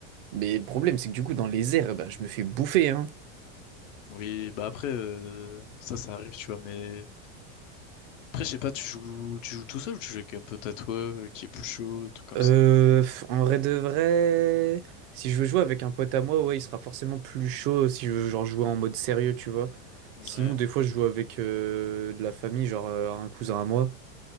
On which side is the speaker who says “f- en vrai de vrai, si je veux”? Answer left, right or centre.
Right